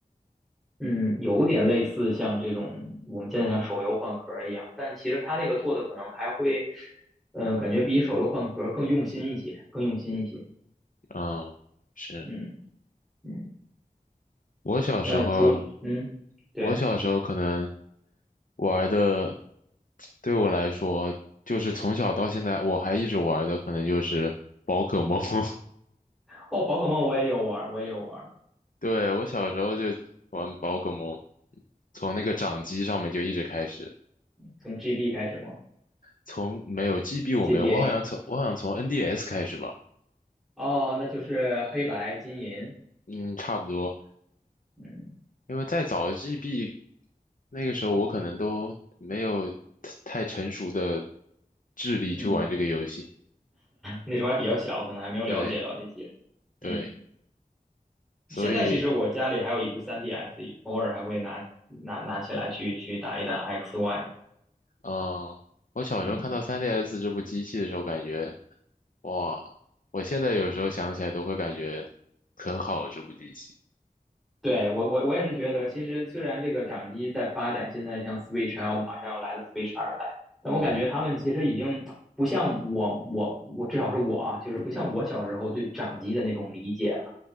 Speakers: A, in the centre; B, on the left.
A: 嗯，有点类似像这种我们现在像手游换壳一样，但其实它那个做的可能还会，嗯、呃感觉比手游换壳更用心一些，更用心一些。
B: 嗯，是
A: 嗯嗯，
B: 我小时候，
A: 那除嗯对
B: 我小时候可能玩的，对我来说，就是从小到现在我还一直玩的，可能就是宝可梦。<laughs>
A: 哦，宝可梦我也有玩我也有玩
B: 对，我小时候就玩宝可梦，从那个掌机上面就一直开始。
A: 从 GB 开始吗
B: 从没有 GB 我没有，
A: ？GBA
B: 我好像从我好像从 NDS 开始吧，
A: 哦，那就是黑白金银。
B: 嗯，差不多，
A: 嗯
B: 因为再早 GB 那个时候我可能都没有太太成熟的智力去玩这个游戏，
A: 嗯，那时候还比较小，可能还没有了解到这些。
B: 对对，
A: 嗯，
B: 所以
A: 现在其实我家里还有一部 3DS，偶尔还会拿拿拿起来去去打一打 XY。
B: 嗯，我小时候看到
A: 嗯，
B: 3DS 这部机器的时候，感觉哇，我现在有时候想起来都会感觉很好这部机器，
A: 对，我我我也是觉得，其实虽然这个掌机在发展，现在像 Switch 还有马上要来的 Switch 二代，但我感觉他们其实已经不像我我我至少是我啊，
B: 嗯
A: 就是不像我小时候对掌机的那种理解了。